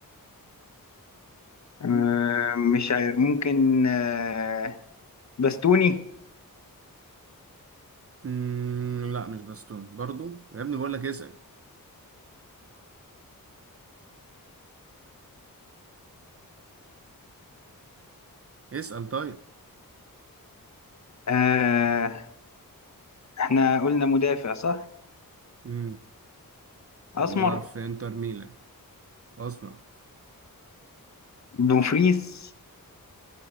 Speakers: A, on the left; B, on the right.
A: آه، مش عارف ممكن آه، باستوني
B: مم لا مش باستون برضو يا ابني بقول لك اسأل اسأل طيب
A: آه احنا قلنا مدافع صح
B: مم وبيلعب
A: اسمر
B: في إنتر ميلان أصلا
A: دومفريس